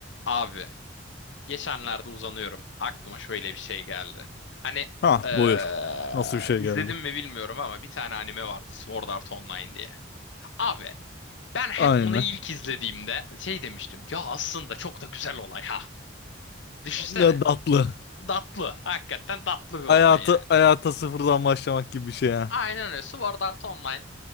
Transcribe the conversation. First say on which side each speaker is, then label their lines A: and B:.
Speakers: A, on the left; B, on the left.
A: Abi geçenlerde uzanıyorum. Aklıma şöyle bir şey geldi. Hani
B: Ha
A: eee
B: buyur. Nasıl bir şey
A: izledim
B: geldi?
A: mi bilmiyorum ama bir tane anime vardı Sword Art Online diye. Abi ben hep
B: Aynen.
A: onu ilk izlediğimde şey demiştim. Ya aslında çok da güzel olay ha. Düşünsene.
B: Ne tatlı.
A: Tatlı. Hakikaten tatlı bir olay
B: Hayatı
A: yani.
B: hayata sıfırdan başlamak gibi bir şey ha.
A: Aynen öyle. Sword Art Online